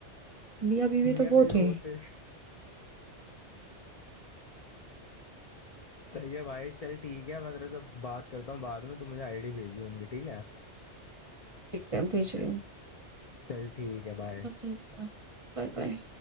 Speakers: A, on the right; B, on the left.
A: मियाँ बीवी
B: मियां
A: तो वो
B: बीवी
A: थे
B: वो थे सही है भाई चल ठीक है मैं तेरे से बात करता हूँ बाद में तू मुझे आईडी भेजियो उनकी ठीक है
A: दिखते हैं भेज रही हूँ
B: चल ठीक है भाई
A: तो ठीक है, बाय बाय